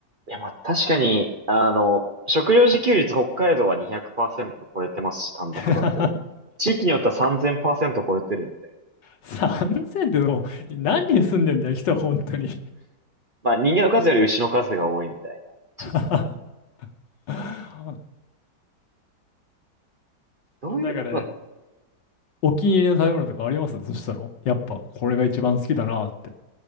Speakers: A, on the right; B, on the left.
A: いやまあ確かに、あの、食料自給率北海道は200%超えてますし、単独だと。
B: <laughs>
A: 地域によっては3000%超えてるんで。
B: 3000ってでも何人住んでんだよ、人本当に。
A: まあ人間の数より牛の数が多いみたいな地域もある。
B: <laughs> <laughs>
A: どういう、
B: その中で、
A: まあ、
B: お気に入りの食べ物とかありますそしたら、やっぱこれが一番好きだなって。